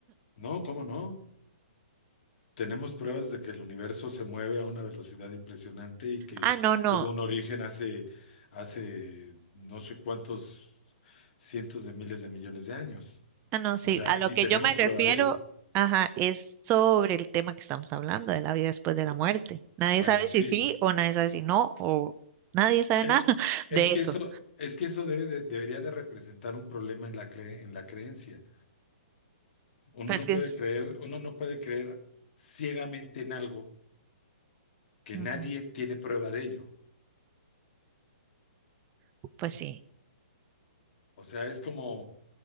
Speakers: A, on the left; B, on the right.
A: No, ¿cómo no? Tenemos pruebas de que el universo se mueve a una velocidad impresionante y que
B: Ah, no, no.
A: tuvo un origen hace, hace no sé cuántos cientos de miles de millones de años.
B: Ah, no, sí.
A: O sea,
B: A lo
A: y
B: que
A: tenemos
B: yo me refiero,
A: prueba de ello.
B: ajá, es sobre el tema que estamos hablando, de la vida después de la muerte. Nadie
A: Bueno,
B: sabe
A: sí.
B: si sí o nadie sabe si no, o nadie sabe
A: Es,
B: nada <laughs> de
A: es que
B: eso.
A: eso, es que eso debe de- debería de representar un problema en la cre- en la creencia. Uno
B: Pero
A: no
B: es que,
A: puede creer, uno no puede creer ciegamente en algo que
B: ujú,
A: nadie tiene prueba de ello.
B: pues sí.
A: O sea, es como,